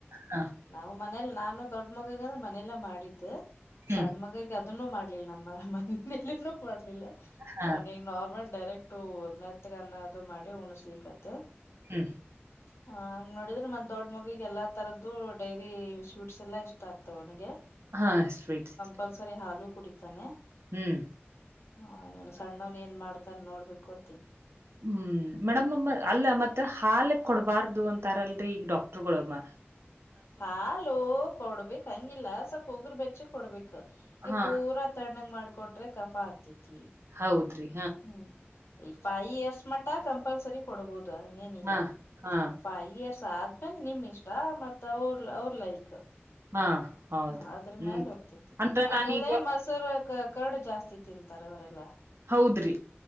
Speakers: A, on the right; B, on the left.
A: ಹಾ
B: ನಾವು ಮನೇಲ್ ನಾನು ದೊಡ್ಡ ಮಗ ಅಂದ್ರೆ ಮನೆಯಲ್ಲಾ ಮಾಡಿದ್ದು
A: ಹ್ಮ್
B: ಸಣ್ಣ ಮಗ ಅದನ್ನು ಮಾಡ್ಲಿಲ್ಲ ನಮ್ಮ ಮನೆಯಲ್ಲಿ ಮಾಡ್ಲಿಲ್ಲ
A: ಹ
B: ಅವನ ನಾರ್ಮಲ್ ಡೈರೆಕ್ಟ್ ಮೆತ್ತಗನ್ನ ಅದು ಮಾಡಿ ಉಣಸ್ಲಿಿಕತ್ತ
A: ಹ್ಮ್
B: ಹ ಹಂಗ್ ನೋಡಿದ್ರೆ ಮಂದ್ ದೊಡ್ ಮಗಿಗೆ ಎಲ್ಲಾ ತರದ ಡೈರಿ ಸ್ವೀಟ್ಸ್ ಎಲ್ಲ ಇಷ್ಟ ಆಗ್ತಾವ ಅವನಿಗೆ
A: ಹಾ ಸ್ವೀಟ್ಸ್ ಇಷ್ಟ
B: ಪಲ್ಸರಿ ಹಾಲು ಕುಡಿತಾನೆ
A: ಹ್ಮ್
B: ಹಾ ವನ ಸಣ್ಣವನ್ ಏನ್ ಮಾಡ್ತಾನ ನೋಡ್ಬೇಕು ಗೊ
A: ಹ್ಮ್ ಮೇಡಮ್ ಅಲ್ಲ ಮತ್ತೆ ಹಾಲ ಕೊಡಬಾರ್ದು ಅಂತಾರಲ್ರರಿ ಈಗ ಡಾಕ್ಟರ್ಗಳುಬ್ಮ್ಮ
B: ಹಾಲೋ ಕೌಡಬೇಕ ಹಂಗಿಲ್ಲ ಸ್ವಲ್ಪ ಉಗುರು ಬೆಚ್ಚ ಕೊಡ್ಬೇಕು ಈ
A: ಹಾ
B: ಪೂರ ತಡಗ ಮಾಡ್ಕೊಟ್ರೆ ಕಫ ಆಗ್ತತಿ
A: ಹೌದ್ರಿರೀ
B: ಹ್ಮ್ ಈ ಫೈ ಇಯರ್ಸ್ ಮಟ್ಟ ಕಂಪಲ್ಸರಿ ಕೊಡಬಹುದು ಹಂಗೇನಿಲ್ಲ
A: ಹಾ ಹಾ
B: ಫೈ ಇಯರ್ಸ್ ಆದ ಅ ನಿಮ್ ಇಷ್ಟ ಮತ್ ಅವರು ಅವ್ರ ಲೈಕ್
A: ಹಾ ಹೌದು
B: ಹ ಅದ್ರ
A: ಹ್ಮ್
B: ಮ್ಯಾಲ ಹೋಗ್ತೇತಿ
A: ಅಂದ್ರ
B: ಆಮೇಲೆ
A: ನಾನೀಗ
B: ಮೊಸರು ಕರ್ಡು ಜಾಸ್ತಿ ತಿಂತಾರ ಅವರೆಲ್ಲಾ
A: ಹೌದ್ರಿ